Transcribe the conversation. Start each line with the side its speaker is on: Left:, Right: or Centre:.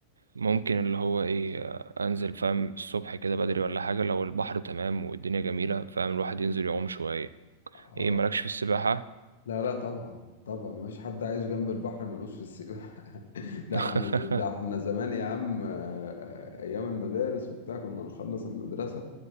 Right: ممكن اللي هو ايه آه، انزل فاهم الصبح كده بدري ولا حاجة لو البحر تمام والدنيا جميلة فاهم الواحد ينزل يعوم شوية
Left: اه
Right: ايه مالكش في السباحة
Left: لا لا طبعا طبعا مفيش حد عايش جنب البحر ملوش في السباحة <laughs> ده
Right: <laughs>
Left: احنا ز- ده احنا زمان يا عم آه، ايام المدارس وبتاع كنا نخلص المدرسة